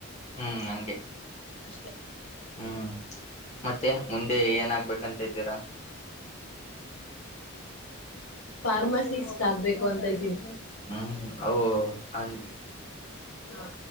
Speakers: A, on the left; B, on the left.
A: ಹ್ಮ್ ಹಂಗೆ
B: ಅಷ್ಟೇ
A: ಹ್ಮ್ ಮತ್ತೆ ಮುಂದೆ ಏನಾಗ್ಬೇಕಂತಿದ್ದೀರಾ
B: ಫಾರ್ಮಸಿಸ್ಟ್ ಆಗ್ಬೇಕು ಅಂತ ಇದ್ದೀನಿ
A: ಹೂಂ ಹೌದು ಹೌದು ಹಂಗೆ
B: ಹಾ